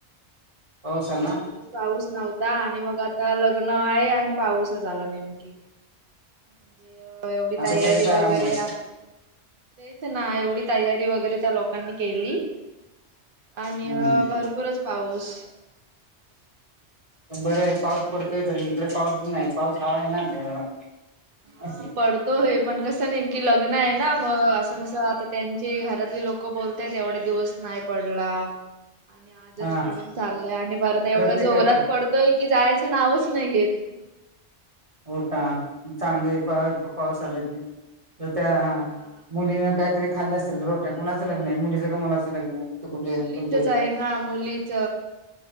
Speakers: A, on the right; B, on the right.
A: पाऊस आला
B: एवढे दिवस पाऊस नव्हता आणि मग आता आता लग्न आहे आणि पाऊस झा आला नेमकी म्हज एवढी
A: आता
B: तयारी
A: सगळे
B: वगरे
A: आराम बस
B: तेच ना एवढी तयारी वगैरे त्या लोकांनी केली <inaudible> आणि
A: हम्म
B: भरपूरच पाऊस
A: बरं आहे पाऊस
B: आता सगळी
A: पडतोय त इकडे पाऊसच नाही पाऊस हवा
B: पाऊस
A: आहे नाता जरा
B: हा
A: असे
B: पडतो हे पण कसं नेमकी लग्न आहे ना मग असं कस आता त्यांचे घरातले लोक बोलतय एवढा दिवस नाही पडला आणि आजच
A: हा
B: पडून चाललंय आणि बरत
A: प्रत्येकाचे
B: एवढ्या जोरात पडतोय की जायचं नावच नाही घेत
A: हो का चांगले
B: हा.
A: पा पाऊस आलायचे तर त्या
B: हा
A: मुलीन काहीतरी खाल्लं असेल रोट्या कुणाचं लग्न आहे मुलीचं का मुलाचं लग्न आहे तुम तुमच्या
B: मुलीचच
A: इथं
B: आहे ना मुलीच